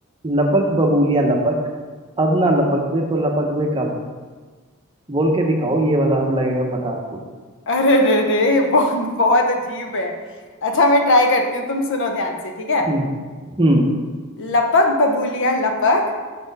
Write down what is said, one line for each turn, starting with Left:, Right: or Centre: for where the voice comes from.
Right: लपक बबूलिया लपक अब ना लपक बे तो लपक बे कब बोल के दिखाओ ये वाला अब लगेगा पता आपको
Left: अरे रे रे बहुत बहुत अजीब है अच्छा मैं ट्राई करती हूँ तुम सुनो ध्यान से ठीक है
Right: हम्म हम्म
Left: लपक बबूलिया लपक